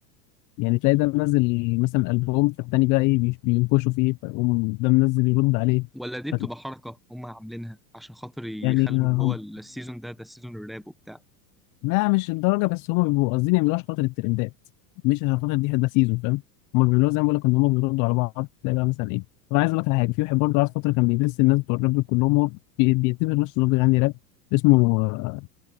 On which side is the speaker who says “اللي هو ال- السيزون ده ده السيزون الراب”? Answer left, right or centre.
Centre